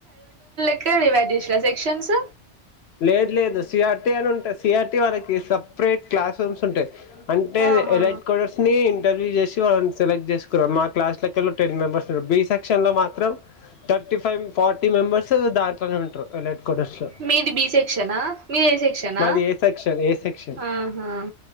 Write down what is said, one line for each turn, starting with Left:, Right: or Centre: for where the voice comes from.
Right: ఇక్కడే డివైడ్ చేసిర్రా సెక్షన్స్
Left: లేదు లేదు సిఆర్టీ అని ఉంటది సిఆర్టీ వాళ్లకి సప్రేట్ క్లాస్ రూమ్స్ ఉంటయి అంటే
Right: ఆహా
Left: స్డర్స్ ని ఇంటర్వ్యూ చేసి వాళ్ళనీ సెలెక్ట్ చేసుకున్నం మా క్లాస్ లాకెళ్ళి టెన్ మెంబర్స్ బి సెక్షన్ లో మాత్రం థర్టీ ఫైవ్ ఫార్టీ మెంబర్స్ దాంట్లోనే ఉంటరు అల్లాట్ క్వార్టర్స్ లో
Right: మీది బి సెక్షనా మీది ఏ సెక్షనా
Left: మాది ఏ సెక్షన్ ఏ సెక్షన్
Right: ఆహా